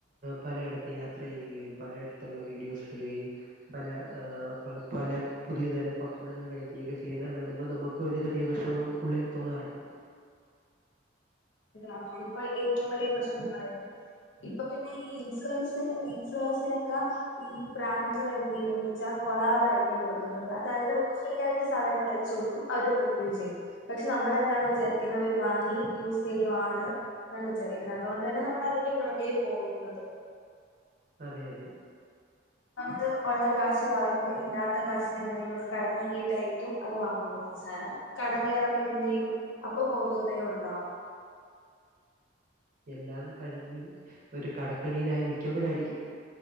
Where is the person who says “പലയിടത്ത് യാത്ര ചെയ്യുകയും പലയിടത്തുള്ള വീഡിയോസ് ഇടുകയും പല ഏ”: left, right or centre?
Right